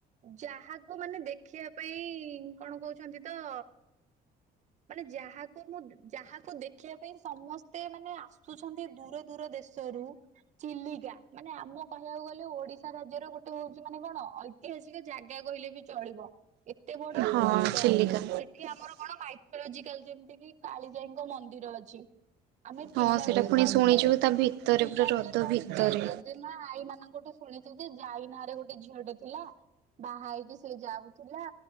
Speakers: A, on the right; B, on the right.
A: ଯାହାକୁ ମାନେ ଦେଖିବା ପାଇଁ କଣ କହୁଛନ୍ତି ତ ମାନେ ଯାହାକୁ ମୁଁ ଯାହା କୁ ଦେଖିବା ପାଇଁ ସମସ୍ତେ ମାନେ ଆସୁଛନ୍ତି, ଦୂର ଦୂର ଦେଶରୁ ଚିଲିକା। ମାନେ ଆମ କହିଆକୁ ଗଲେ ଓଡିଶା ରାଜ୍ୟର ଗୋଟେ ହଉଛି ମାନେ କଣ ଐ ଐତିହାସିକ ଜାଗା କହିଲେ ବି ଚଳିବ। ଏତେ ବଡ
B: ହଁ
A: ହ୍ରଦ।
B: ଚିଲିକା।
A: ସେଠି ଆମର କଣ ମାଇଥଲୋଜିକାଲ ଯେମତି କି କାଳିଜାଇ ଙ୍କ ମନ୍ଦିର ଅଛି। ଆମେ
B: ହଁ
A: ପିଲାବେଳେ
B: ସେଇଟା ପୁଣି
A: ପଢିଚେ,
B: ଶୁଣିଛୁ ତା ଭିତରେ
A: ପିଲାବେଳେ
B: ପୁରା ହ୍ରଦ
A: ପଢିଛେ
B: ଭିତରେ।
A: ଜେଜେ ମା, ଆଈମାନଙ୍କଠୁ ଶୁଣିଛୁ ଯେ, ଜାଇ ନାଁରେ ଗୋଟେ ଝିଅଟେ ଥିଲା ବାହାହେଇକି ସେ ଯାଉଥିଲା